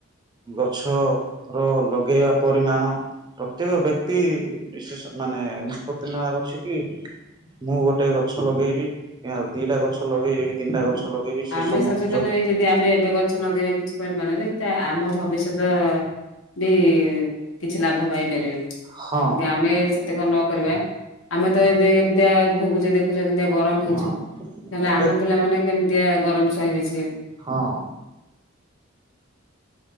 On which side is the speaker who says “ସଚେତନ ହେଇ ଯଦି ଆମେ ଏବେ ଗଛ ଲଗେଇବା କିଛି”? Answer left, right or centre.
Left